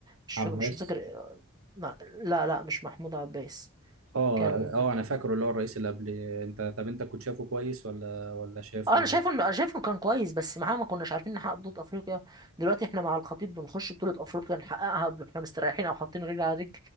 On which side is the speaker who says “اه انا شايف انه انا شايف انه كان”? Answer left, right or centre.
Right